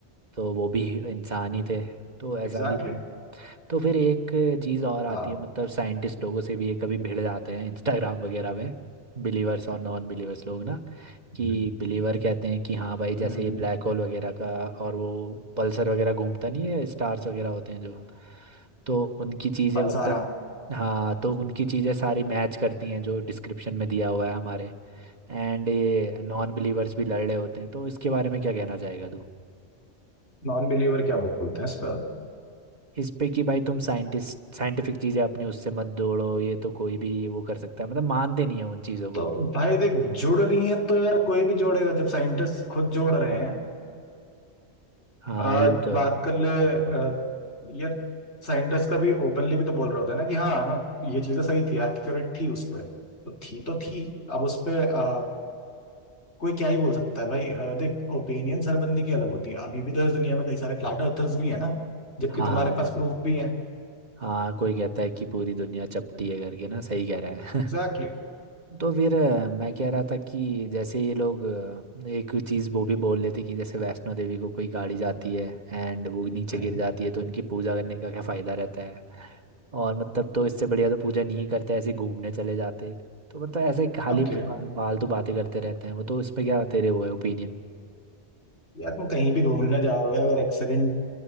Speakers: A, on the right; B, on the left.
A: तो वो भी इंसान ही थे तो ऐसा
B: Exactly
A: भी था
B: exactly.
A: तो फिर एक चीज़ और आती
B: हाँ
A: है मतलब साइंटिस्ट लोगों से भी ये कभी भिड़ जाते हैं इंस्टाग्राम वगैरह में बिलीवर्स और नॉन बिलीवर्स लोग ना कि
B: हम्म।
A: बिलीवर कहते हैं कि हाँ भाई जैसे
B: हम्म।
A: ये ब्लैक होल वगैरह का और वो पल्सर वगैरह घूमता नहीं है स्टार्स वगैरह होते हैं जो तो उनकी चीज़ें
B: फलसारा
A: मतलब हाँ तो उनकी चीज़ें सारी मैच करती हैं जो डिस्क्रिप्शन में दिया हुआ है हमारे एंड ये नॉन बिलीवर्स भी लड़ रहे होते हैं तो इसके बारे में क्या कहना चाहेगा तू
B: नॉन बिलीवर क्या बोलते हैं इस पर
A: इस पे कि भाई तुम साइंटिस्ट साइंटिफिक चीज़ें अपनी उससे मत जोड़ो ये तो कोई भी वो कर सकता है मतलब मानते नहीं है उन चीज़ों को
B: तो भाई देख जुड़ रही हैं तो यार कोई भी जोड़ेगा जब साइंटिस्ट खुद जोड़ रहे हैं
A: हाँ
B: आ,
A: ये तो
B: बात
A: है
B: कर ले आ, यार साइंटिस्ट का भी ओपनली भी तो बोल रहा होता है ना कि हाँ ये चीजें सही थी एक्यूरेट थी उस पर तो थी तो थी अब उस पे आ, कोई क्या ही बोल सकता है भाई आ, देख ओपिनियन हर बंदे की अलग होती है अभी भी तो इस दुनिया में कई सारे फ्लैट अर्थर्स भी है ना जबकि
A: हाँ हाँ
B: तुम्हारे पास प्रूफ भी है
A: हाँ कोई कहता है कि पूरी दुनिया चपटी है करके ना सही कह रहा है
B: एग्जैक्टली
A: तो फिर अ, मैं कह रहा था कि जैसे ये लोग अ, एक चीज़ वो भी बोल लेते कि जैसे वैष्णो देवी को कोई गाड़ी जाती है एंड वो नीचे
B: हम्म
A: गिर जाती है तो इनकी पूजा करने का क्या फ़ायदा रहता है और मतलब तो इससे बढ़िया तो पूजा नहीं करते ऐसे ही घूमने चले जाते तो मतलब ऐसे खाली
B: ओके
A: फा- फालतू बातें करते रहते हैं वो तो इसमें क्या तेरे वो है ओपिनियन
B: यार तुम कहीं भी घूमने जाओगे अगर एक्सीडेंट